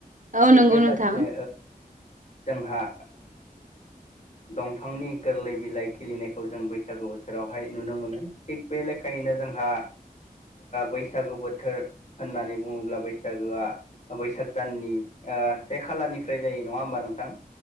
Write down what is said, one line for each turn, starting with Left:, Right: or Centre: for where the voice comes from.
Right: औ
Left: थिग
Right: नंगौ
Left: बेबादिनो
Right: नोंथां
Left: जोंहा दंफांनि गोरलै बिलाइ खिलिनायखौ जों बैसागु बोथोरावहाय नुनो मोनो थिग बे लेखायैनो बिदिनो जोंहा बैसागु बोथोर होननानै बुङोब्ला बैसागोआ बैसाग दाननि से खालारनिफ्राय जायो नङा होमबा नोंथां